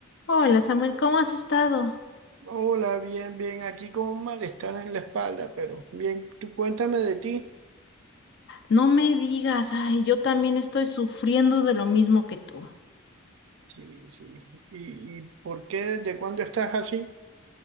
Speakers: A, on the left; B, on the right.
A: Hola Samuel, ¿cómo has estado?
B: Hola, bien, bien, aquí con un malestar en la espalda, pero bien, tú cuéntame de ti.
A: No me digas, ay, yo también estoy sufriendo de lo mismo que tú.
B: Sí, sí. ¿Y, y por qué, desde cuándo estás así?